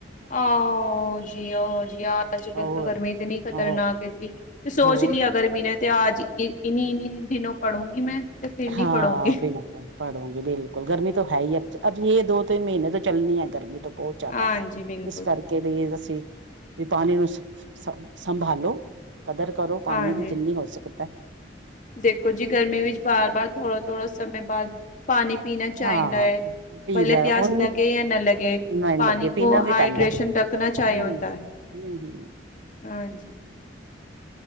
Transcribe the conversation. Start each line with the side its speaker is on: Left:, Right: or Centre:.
Left: ਆਹੋ ਜੀ, ਔ ਜੀ, ਅੱਜ ਕੱਲ
Right: ਹੋਰ
Left: ਤੋਂ ਗਰਮੀ ਇਤਨੀ ਖ਼ਤਰਨਾਕ
Right: ਹੋਰ
Left: ਹੈ ਜੀ। ਸੋਚ
Right: ਹੋਰ
Left: ਲਿਆ ਕਰ ਮੀਨੇ ਤੇ ਆਜ, ਈ ਇੰਨੀ-ਇੰਨੀ ਦਿਨੋ ਪੜੂੰਗੀ ਮੈਂ। ਤੇ ਫਿਰ ਨੀ
Right: ਹਾਂ
Left: ਪੜੂੰਗੀ
Right: ਬਿਲਕੁਲ, ਪੜੂਗੀ ਬਿਲਕੁਲ, ਗਰਮੀ ਤੋਂ ਹੈ ਹੀ ਏ, ਅਬ ਯੇ ਦੋ ਤਿੰਨ ਮਹੀਨੇ ਤੋਂ ਚੱਲਣੀ ਹੈ, ਗਰਮੀ ਤੋਂ। ਬੋਤ ਜਾਦਾ,
Left: ਹਾਂਜੀ ਬਿਲਕੁਲ
Right: ਇਸ ਕਰਕੇ <unintelligible> ਵੀ ਪਾਣੀ ਨੂੰ ਸ ਸੰਭਾਲੋ, ਕਦਰ ਕਰੋ
Left: ਹਾਂਜੀ
Right: ਪਾਣੀ ਦੀ, ਜਿੰਨੀ ਹੋ ਸਕਦਾ ਏ।
Left: ਦੇਖੋ ਜੀ ਗਰਮੀ ਵਿੱਚ ਬਾਰ-ਬਾਰ, ਥੋੜਾ-ਥੋੜਾ ਸਮੇਂ ਬਾਦ, ਪਾਣੀ ਪੀਣਾ ਚਾਈਦਾ
Right: ਹਾਂ
Left: ਏ,
Right: ਪੀ
Left: ਭਲੇ
Right: ਲੈ
Left: ਪਿਆਸ
Right: ਉਹ
Left: ਲੱਗੇ ਯਾ ਨਾ ਲੱਗੇ।
Right: ਨਹੀਂ
Left: ਪਾਣੀ
Right: ਲੱਗੇ ਪੀਣਾ
Left: ਕੋ
Right: ਵੀ
Left: ਹਾਏਡ੍ਰੇਸ਼ਨ
Right: ਪੈਂਦਾ
Left: ਡ ਕਣਾ
Right: ਹਮ
Left: ਚਾਏ ਹੁੰਦਾ ਏ।
Right: ਹਮ ਹਮ।
Left: ਹਾਂਜੀ।